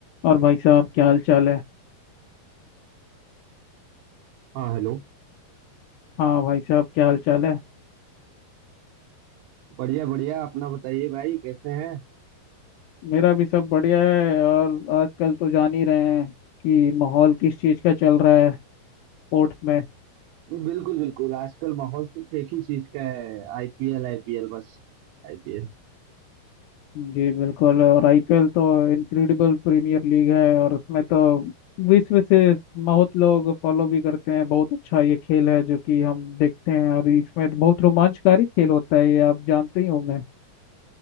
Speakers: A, on the left (about 80°); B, on the right (about 80°).
A: और भाई साहब क्या हाल चाल है
B: हाँ हेलो
A: हाँ भाई साहब क्या हाल चाल है
B: बढ़िया बढ़िया अपना बताइए भाई कैसे हैं
A: मेरा भी सब बढ़िया है और आजकल तो जान ही रहे हैं कि माहौल किस चीज़ का चल रहा है स्पोर्ट्स में
B: बिल्कुल बिल्कुल आजकल माहौल सिर्फ एक ही चीज का है आईपीएल आईपीएल बस आईपीएल
A: जी बिल्कुल और आईपीएल तो इनक्रेडिबल प्रीमियर लीग है और उसमें तो विश्व से बहुत लोग फॉलो भी करते हैं बहुत अच्छा ये खेल है जो कि हम देखते हैं और इसमें बहुत रोमांचकारी खेल होता है ये आप जानते ही होंगे